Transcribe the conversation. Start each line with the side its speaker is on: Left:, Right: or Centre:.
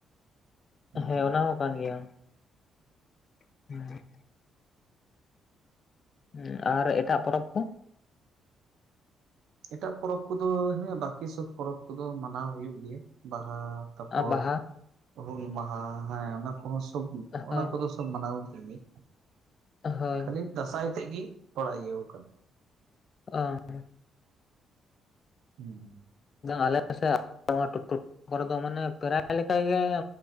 Right: ᱦᱩᱸ᱾
Left: ᱦᱮᱸ, ᱚᱱᱟ ᱦᱚᱸ ᱠᱟᱱ ᱜᱮᱭᱟ᱾ <inaudible> ᱦᱮ ᱟᱨ ᱮᱴᱟᱜ ᱯᱚᱨᱚᱵᱽ ᱠᱚ?
Right: ᱮᱴᱟᱜ ᱯᱚᱨᱚᱵᱽ ᱠᱚᱫᱚ ᱦᱮᱸ, ᱵᱟᱠᱤ ᱥᱚᱵ ᱯᱚᱨᱚᱵᱽ ᱠᱚᱫᱚ ᱢᱟᱱᱟᱣ ᱦᱩᱭᱩᱜ ᱜᱮᱭᱟ᱾ ᱵᱟᱦᱟ ᱛᱟᱯᱚᱨ
Left: ᱵᱟᱦᱟ
Right: ᱦᱩᱞ ᱢᱟᱦᱟᱸ ᱦᱮᱸ ᱚᱱᱟ ᱠᱚᱦᱚᱸ ᱥᱚᱵ
Left: ᱦᱳᱭ
Right: ᱚᱱᱟ ᱠᱚᱫᱚ ᱢᱟᱱᱟᱣ ᱠᱮᱫ ᱜᱮᱭᱟ᱾
Left: ᱦᱳᱭ
Right: ᱠᱷᱟᱹᱞᱤ ᱫᱟᱸᱥᱟᱭ ᱛᱮᱫ ᱜᱮ ᱛᱷᱚᱲᱟ ᱤᱭᱟᱹᱣ ᱠᱟᱱᱟ᱾
Left: ᱚᱸ᱾
Right: ᱦᱩᱸ᱾
Left: ᱟᱞᱮ ᱥᱮᱫ ᱱᱚᱣᱟ <unintelligible> ᱠᱚᱨᱮ ᱫᱚ ᱢᱟᱱᱮ ᱯᱨᱟᱭ ᱞᱮᱠᱟ ᱜᱮ